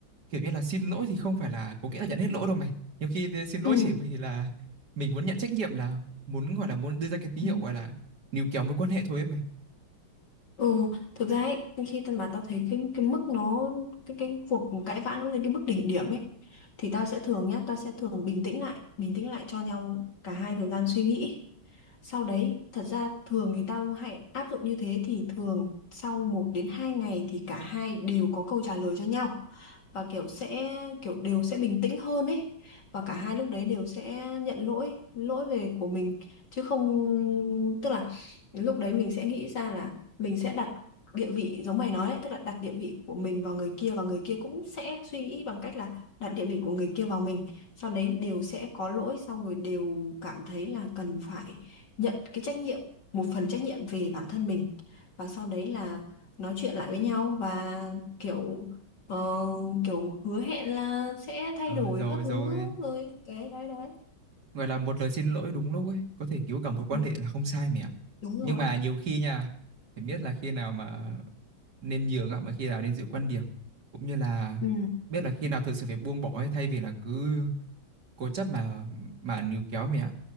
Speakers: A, on the right (about 55°); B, on the left (about 55°).
A: kiểu như là xin lỗi thì không phải là có nghĩa là nhận hết lỗi đâu mày nhiều khi thì xin lỗi
B: Ừ.
A: chỉ vì là mình muốn nhận trách nhiệm là muốn gọi là muốn đưa ra cái tín
B: Ừ.
A: hiệu gọi là níu kéo mối quan hệ thôi ấy mày
B: Ừ. thực ra ấy khi tao mà tao thấy cái cái mức nó cái cái cuộc cãi vã nó lên cái mức đỉnh điểm ấy thì tao sẽ thường nhá tao sẽ thường bình tĩnh lại bình tĩnh lại cho nhau cả hai thời gian suy nghĩ Sau đấy, thật ra thường thì tao hãy áp dụng như thế thì thường sau một đến 2 ngày thì cả hai đều có câu trả lời cho nhau. Và kiểu sẽ kiểu đều sẽ bình tĩnh hơn ấy. Và cả hai lúc đấy đều sẽ nhận lỗi, lỗi về của mình chứ không tức là lúc đấy mình sẽ nghĩ ra là mình sẽ đặt địa vị giống mày nói đấy, tức là đặt địa vị của mình vào người kia và người kia cũng sẽ suy nghĩ bằng cách là đặt địa vị của người kia vào mình sau đấy đều sẽ có lỗi xong rồi đều cảm thấy là cần phải nhận cái trách nhiệm một phần trách nhiệm về bản thân mình và sau đấy là nói chuyện lại với nhau và kiểu ờ, kiểu hứa hẹn là sẽ thay
A: Ờ,
B: đổi
A: rồi
B: các
A: rồi
B: thứ rồi đấy đấy đấy
A: gọi là một lời xin lỗi đúng lúc ấy có thể cứu cả mối quan
B: Ừ.
A: hệ là không sai mày ạ
B: đúng rồi
A: nhưng mà nhiều khi nha phải biết là khi nào mà nên nhường ạ mà khi nào nên giữ quan điểm cũng như là
B: Ừ.
A: biết là khi nào thực sự phải buông bỏ ấy, thay vì là cứ cố chấp mà mà níu kéo mày ạ